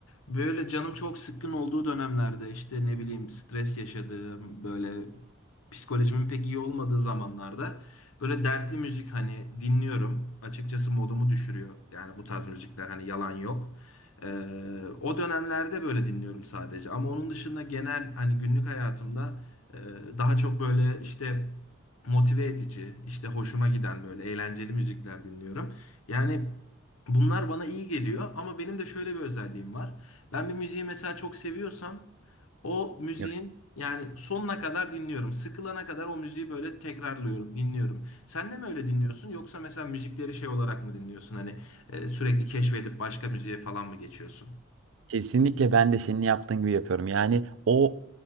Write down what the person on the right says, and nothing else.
Yok.
Kesinlikle ben de senin yaptığın gibi yapıyorum. Yani o